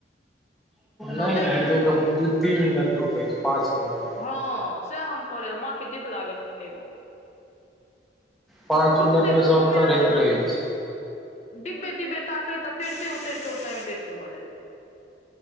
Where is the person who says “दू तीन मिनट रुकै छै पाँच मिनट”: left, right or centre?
Centre